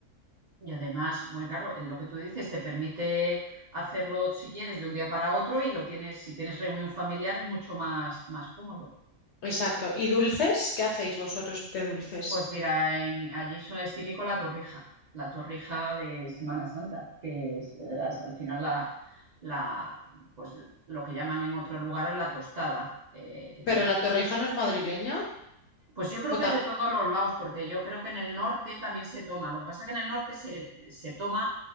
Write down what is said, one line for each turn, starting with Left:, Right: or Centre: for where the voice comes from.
Right: y además, bueno, claro, en lo que tú dices te permite hacerlo si quieres de un día para otro y lo tienes, si tienes reunión familiar es mucho más, más cómodo.
Left: Exacto. ¿Y dulces? ¿Qué hacéis vosotros de dulces?
Right: Pues mira, en- allí eso es típico la torrija, la torrija de Semana Santa, que es, eh, as- al final la, la- pues lo que llaman en otros lugares la tostada, eh, que
Left: ¿Pero
Right: tienes
Left: la
Right: que...
Left: torrija no es madrileña?
Right: Pues yo creo
Left: ¿O
Right: que
Left: ta-
Right: es de todos los lados, porque yo creo que en el norte también se toma. Lo que pasa que en el norte se, se toma